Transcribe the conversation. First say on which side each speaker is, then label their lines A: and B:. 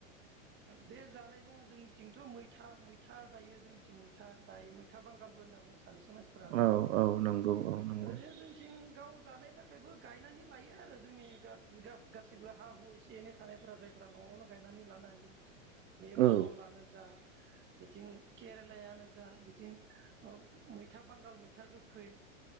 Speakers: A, on the right (about 30°); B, on the right (about 70°).
A: बे जानायजों जोंनिथिंथ मैथा मैथा जायो जोंनिथिं मैथा दायो मैथा बांगालबो होनना बुङो। सानैसो मानसिफोरा नङा
B: औ
A: होमबा।
B: औ नंगौ औ नंगौ
A: ओरैनो जोंनिथिं गाव जानाय थाखायबो गायनानै लायो आरो जोंनि गा गासिबो हा हु एसे एनै थानायफोरा जायफ्रा न'आवनो गायनानै लानो हायो। बे
B: औ
A: फलानो जा बिथिं केरेलायानो जा बिथिं ओ मैथा बांगाल मैथा गोखै